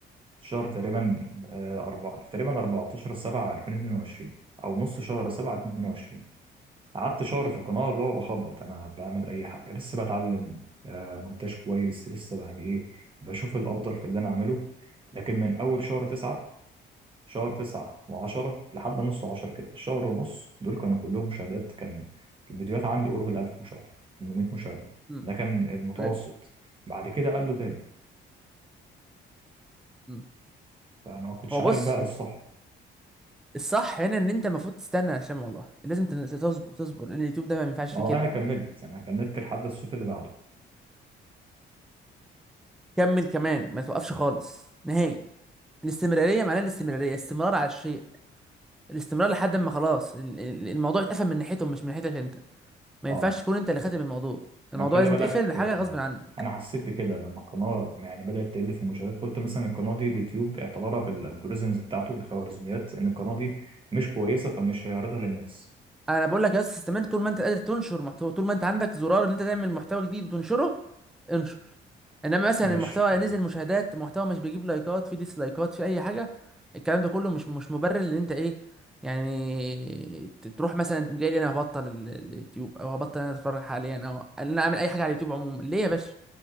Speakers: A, on the right; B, in the centre.
A: في شهر تقريبا آه، أربعة تقريبا 14 7 2022 أو نص شهر 7 2022 قعدت شهر
B: امم
A: في القناة اللي هو بخبط أنا بعمل أي حاجة لسه بتعلم آه، مونتاج كويس لسه يعني إيه بشوف الأفضل في اللي أنا أعمله لكن من أول شهر 9 شهر 9 و10 لحد نص 10 كده الشهر ونص دول كانوا كلهم مشاهدات كان الفيديوهات عندي قرب ال 1000 مشاهدة 800 مشاهدة
B: امم
A: ده كان المتوسط
B: ايوه
A: بعد كده قال له تاني
B: امم
A: فأنا ما كنتش
B: هو
A: عارف
B: بص
A: بقى إيه الصح
B: الصح هنا ان انت المفروض تستنى عشان والله لازم تن- تصبر تصبر لان اليوتيوب ده ما ينفعش فيه
A: هو
B: كده
A: انا كملت انا كملت لحد الصيف اللي بعده
B: كمل كمان ما توقفش خالص نهائي الاستمراريه معناها الاستمراريه استمرار على الشيء الاستمرار لحد ما خلاص ال- ال- الموضوع اتقفل من ناحيتهم مش من ناحيتك انت ما
A: اه
B: ينفعش تكون انت اللي خاتم الموضوع الموضوع
A: ما خلي
B: لازم
A: بالك
B: يتقفل بحاجه
A: آه،
B: غصب عنك
A: انا حسيت بكده لما القناه يعني بدات تقل في المشاهدات قلت مثلا القناه دي اليوتيوب اعتبرها في الالجوريزمز بتاعته الخوارزميات ان القناه دي مش كويسه فمش هيعرضها للناس
B: انا بقول لك يا اسطى استمر طول ما انت قادر تنشر محتوى طول ما انت عندك زرار ان انت تعمل محتوى جديد وتنشره انشر انما مثلا
A: ماشي
B: المحتوى
A: تمام
B: نزل مشاهدات محتوى مش بيجيب لايكات في ديسلايكات في اي حاجه الكلام ده كله مش مش مبرر ان انت ايه يعني ت- تروح مثلا تقوم جاي لي انا هبطل ال- اليوتيوب او هبطل انا اتفرج حاليا او ان انا اعمل اي حاجه على اليوتيوب عموما ليه يا باشا